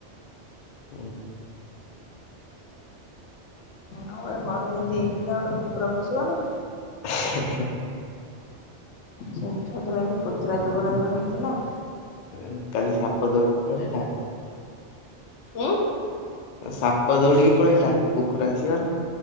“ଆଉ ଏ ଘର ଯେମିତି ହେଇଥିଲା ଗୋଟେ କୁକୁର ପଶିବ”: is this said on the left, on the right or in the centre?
Left